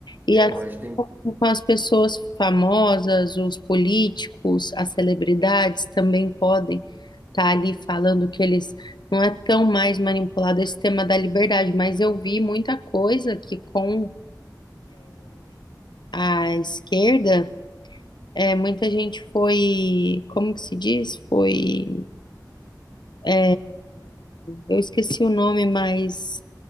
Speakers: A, on the left; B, on the right.
A: E
B: É,
A: assim
B: mas tem,
A: com as pessoas famosas, os políticos, as celebridades também podem estar ali falando que eles não é tão mais manipulado esse tema da liberdade, mas eu vi muita coisa que com a esquerda, é, muita gente foi, como que se diz? Foi, é, eu esqueci o nome, mas